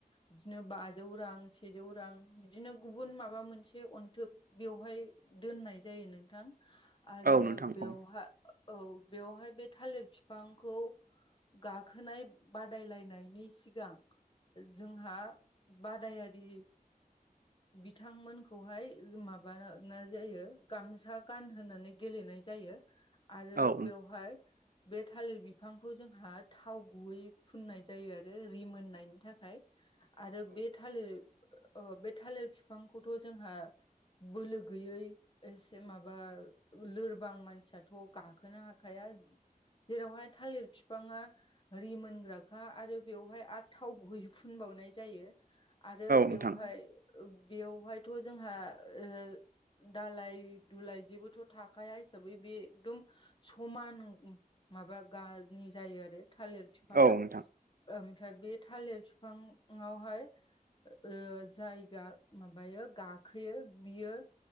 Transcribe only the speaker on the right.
औ नोंथां औ
औ नोंथां औ
नोंथां
औ नोंथां